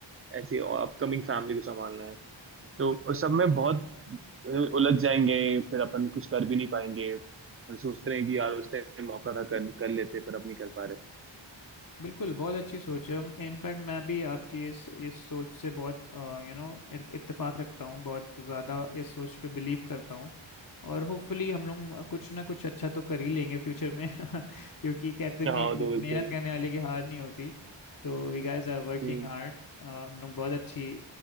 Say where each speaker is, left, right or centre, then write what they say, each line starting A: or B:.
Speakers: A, on the right; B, on the left.
A: ऐसे अपकमिंग फैमिली को संभालना है तो
B: बिल्कुल
A: उस सब में बहुत अ, उलझ जाएंगे फिर अपन कुछ कर भी नहीं पाएंगे और सोचते हैं कि यार उस टाइम मौका था कर, कर लेते पर अब नहीं कर पा रहे
B: बिल्कुल बहुत अच्छी सोच है इनफैक्ट मैं भी आपकी इस इस सोच से बहुत यू नो इत्तेफाक रखता हूँ बहुत ज़्यादा इस सोच पे बिलीव करता हूँ और होपफुली हम लोग कुछ ना कुछ अच्छा तो कर ही लेंगे फ्यूचर में <laughs> क्योंकि कहते नहीं
A: हाँ
B: हैं
A: दो
B: कि
A: एक
B: मेहनत
A: दो
B: करने वाले की हार नहीं होती तो we guys are working
A: दिन
B: hard हम लोग बहुत अच्छी